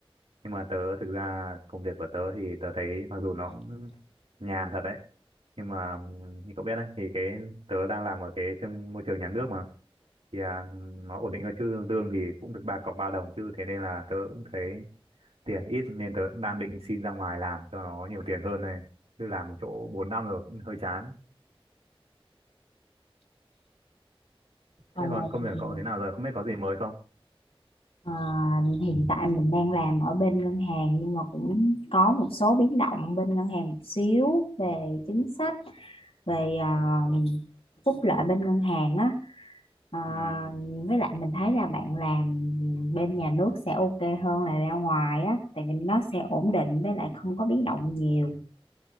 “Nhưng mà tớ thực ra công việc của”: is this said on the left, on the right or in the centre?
Right